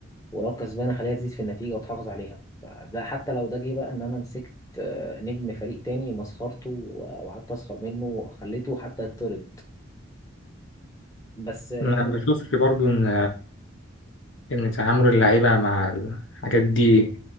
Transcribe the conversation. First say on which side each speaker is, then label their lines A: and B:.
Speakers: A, on the left (about 15°); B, on the left (about 70°).
A: ولو كسبانه اخليها تزيد في النتيجه وتحافظ عليها فده حتى لو ده جه بقى ان انا مسكت آه، نجم فريق تاني مسخرته و- وقعدت اسخر منه وخليته حتى يطرد بس آه،
B: ما
A: يعني
B: بشوفش برضو ان ان تعامل اللعيبة مع الحاجات دي